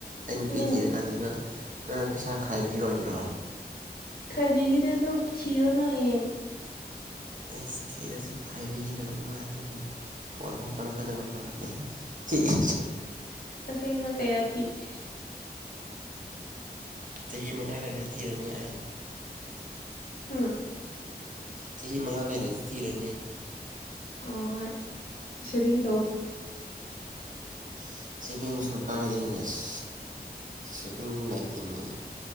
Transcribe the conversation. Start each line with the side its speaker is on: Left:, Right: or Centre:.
Right: ꯑꯩ ꯅꯨꯄꯤ
Left: ꯅꯪ
Right: ꯊꯤꯔꯦ ꯀꯥꯟꯗꯅ ꯅꯪ ꯄꯩꯁꯥ ꯈꯥꯏꯕꯤꯔꯣꯏꯗꯔꯣ
Left: ꯈꯥꯏꯕꯤꯒꯤꯅꯦ ꯑꯗꯨꯣ ꯊꯤꯔꯣ ꯅꯪ ꯍꯌꯦꯡ
Right: ꯑꯦꯁ ꯊꯤꯔꯁꯨ ꯈꯥꯏꯕꯤꯒꯗꯕ ꯃꯥꯟꯗꯦꯗ ꯐꯣꯟ ꯐꯥꯎ ꯇꯔꯛꯀꯗꯕ ꯃꯥꯥꯟꯗꯦ <unintelligible>
Left: ꯑꯁꯦꯡꯕ ꯀꯌꯥ ꯊꯤ
Right: <unintelligible> ꯆꯍꯤ ꯃꯉꯥꯗꯗꯤ ꯊꯤꯔꯅꯤ ꯑꯩ
Left: ꯍꯝ
Right: ꯆꯍꯤ ꯃꯉꯥ ꯂꯩꯔꯗꯤ ꯊꯤꯔꯅꯤ
Left: ꯑꯣ ꯍꯣꯏ ꯁꯦꯕꯤꯡ
Right: ꯁꯦꯕꯤꯡ ꯆꯧꯈꯤꯌꯣ ꯁꯦꯕꯤꯡ ꯁꯤꯕꯤꯡꯁꯨ ꯀꯥꯏꯗꯩꯩ ꯑꯁ ꯁꯤꯕꯤꯡ ꯂꯩꯇꯦꯅꯦ